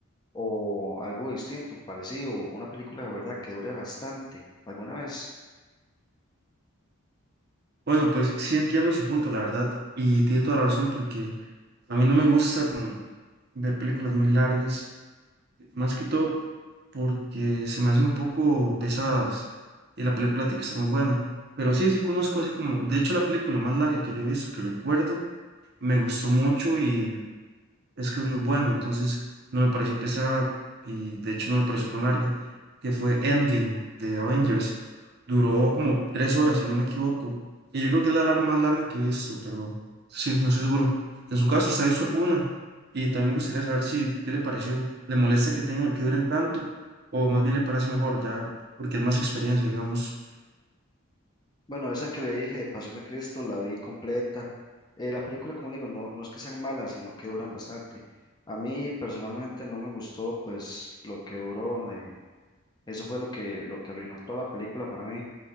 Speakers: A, on the left (about 20°); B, on the right (about 50°).
A: o algo distinto, parecido, una película de verdad que dure bastante, alguna vez.
B: Bueno, pues sí entiendo su punto, la verdad, y tiene toda la razón porque a mí no me gusta como ver películas muy largas, más que todo porque se me hacen un poco pesadas y la película tiene que estar muy buena. Pero sí, sí conozco así como, de hecho la película más larga que yo he visto, que recuerdo, me gustó mucho y es que es muy bueno, entonces no me pareció pesada y de hecho no me pareció tan larga, que fue Endgame de Avengers. Duró como tres horas, si no me equivoco. Y yo creo que es la lar- más larga que he visto, pero sí, no estoy seguro. En su caso, ¿usted ha visto alguna? Y también me gustaría saber si, ¿qué le pareció? ¿Le molesta que tengan, que duren tanto? ¿O más bien le parece mejor ya, porque es más experiencia, digamos?
A: Bueno, esa que le dije de Pasión de Cristo la vi completa. Eh, la película, como le digo, no, no es que sean malas, sino que duran bastante. A mí personalmente no me gustó, pues, lo que duró. eh, eso fue lo que, lo que arruinó toda la película para mí.